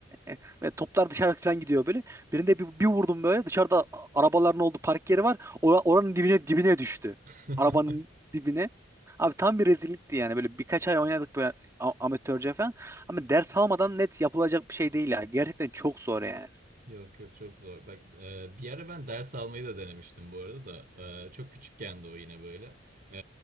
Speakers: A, on the right (about 15°); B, on the right (about 45°).
A: E, Ve toplar dışarı falan gidiyor böyle. Birinde bir, bir vurdum böyle. Dışarıda a- arabaların olduğu park yeri var. Ora- oranın dibine dibine düştü.
B: hı.
A: Arabanın
B: <laughs>
A: dibine. Abi tam bir rezillikti yani. Böyle birkaç ay oynadık böyle a- amatörce falan. Ama ders almadan net yapılacak bir şey değil ya. Gerçekten çok zor yani.
B: Yok yok çok zor. Bak e, bir ara ben ders almayı da denemiştim bu arada da. E, çok küçükken de o yine böyle. E,